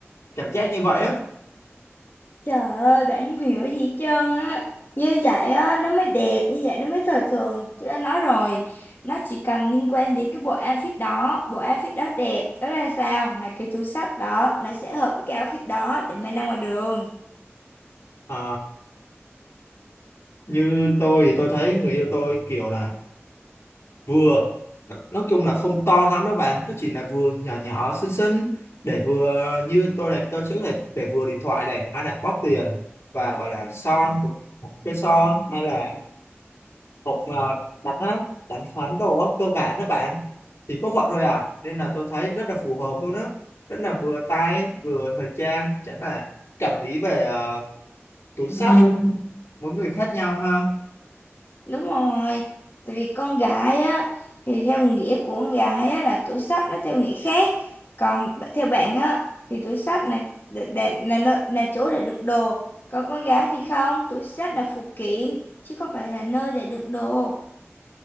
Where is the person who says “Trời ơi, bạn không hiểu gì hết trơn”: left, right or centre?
Left